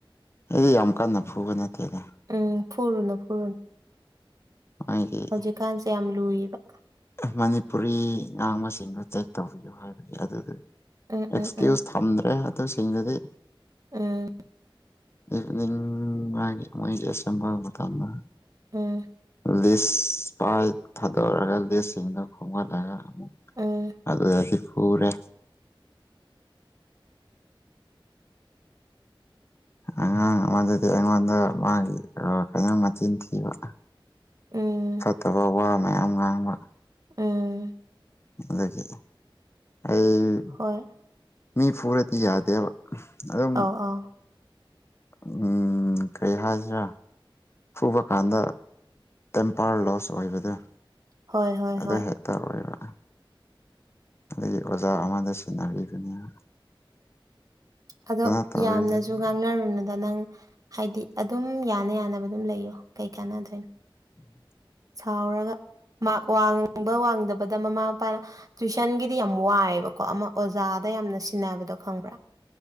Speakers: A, on the left (about 30°); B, on the right (about 40°).
A: ꯑꯩꯗꯤ ꯌꯥꯝ ꯀꯟꯅ ꯐꯨꯕ ꯅꯠꯇꯦꯗ
B: ꯎꯝ ꯐꯔꯨꯅ ꯐꯔꯨꯅ
A: ꯑꯩꯒꯤ
B: ꯍꯧꯖꯤꯛꯀꯥꯟꯁꯦ ꯌꯥꯝ ꯂꯨꯏꯌꯦꯕ
A: ꯃꯅꯤꯄꯨꯔꯤ ꯉꯥꯡꯕꯁꯤꯡꯗꯨꯣ ꯇꯦꯛ ꯇꯧꯕꯤꯌꯨ ꯍꯥꯏꯕꯒꯤ ꯑꯗꯨꯗꯤ
B: ꯎꯝ ꯎꯝ
A: ꯑꯦꯛꯁꯀ꯭ꯌꯨꯁ
B: ꯎꯝ
A: ꯊꯝꯗ꯭ꯔꯦ ꯑꯗꯨꯁꯤꯡꯗꯨꯗꯤ
B: ꯎꯝ
A: ꯏꯚꯅꯤꯡ ꯃꯥꯒꯤ ꯑꯦꯖꯤꯑꯦꯁ ꯕꯜ ꯃꯇꯝꯅꯥ
B: ꯎꯝ
A: ꯂꯤꯁ ꯄꯥꯏ ꯊꯥꯗꯣꯛꯔꯒ ꯂꯤꯁꯁꯤꯡꯗꯨ ꯍꯣꯝꯒꯠꯂꯒ ꯑꯃꯨꯛ
B: ꯎꯝ
A: ꯑꯗꯨꯗꯗꯤ ꯐꯨꯔꯦ ꯑꯉꯥꯡ ꯑꯃꯗꯗꯤ ꯑꯩꯉꯣꯟꯗ ꯃꯥꯒꯤ ꯀꯩꯅꯣ ꯃꯆꯤꯟ ꯊꯤꯕ
B: ꯎꯝ
A: ꯐꯠꯇꯕ ꯋꯥ ꯃꯌꯥꯝ ꯉꯥꯡꯕ
B: ꯎꯝ
A: ꯑꯗꯒꯤ ꯑꯩ
B: ꯍꯣꯏ
A: ꯃꯤ ꯐꯨꯔꯗꯤ ꯌꯥꯗꯦꯕ ꯑꯗꯨꯝ
B: ꯑꯧ ꯑꯧ
A: ꯎꯝ ꯀꯔꯤ ꯍꯥꯏꯁꯤꯔꯥ ꯐꯨꯕ ꯀꯥꯟꯗ ꯇꯦꯝꯄꯥꯔ ꯂꯣꯁ ꯑꯣꯏꯕꯗꯣ
B: ꯍꯣꯏ ꯍꯣꯏ
A: ꯑꯗꯨ
B: ꯍꯣꯏ
A: ꯍꯦꯛ ꯇꯧꯏꯕꯥ ꯑꯩꯒꯤ ꯑꯣꯖꯥ ꯑꯃꯗ ꯁꯤꯟꯅꯕꯤꯅꯦꯕ
B: ꯑꯗꯣ
A: ꯇꯧꯔꯤꯗꯨꯗꯤ
B: ꯌꯥꯝꯅꯁꯨ ꯉꯥꯡꯅꯔꯨꯅꯨꯗ ꯅꯪ ꯍꯥꯏꯗꯤ ꯑꯗꯨꯝ ꯌꯥꯅ ꯌꯥꯅꯕ ꯑꯗꯨꯝ ꯂꯩꯌꯣ ꯀꯩ ꯀꯥꯟꯅꯗꯣꯏꯅꯣ
A: <inaudible>
B: ꯁꯥꯎꯔꯒ ꯃꯥꯛ ꯋꯥꯡꯕ ꯋꯥꯡꯗꯕꯗ ꯃꯃꯥ ꯃꯄꯥꯅ ꯇꯨꯋꯏꯁꯟꯒꯤꯗꯤ ꯌꯥꯝ ꯋꯥꯏꯑꯕꯀꯣ ꯑꯃ ꯑꯣꯖꯥꯗ ꯌꯥꯝꯅ ꯁꯤꯟꯅꯕꯗꯣ ꯈꯪꯕ꯭ꯔꯥ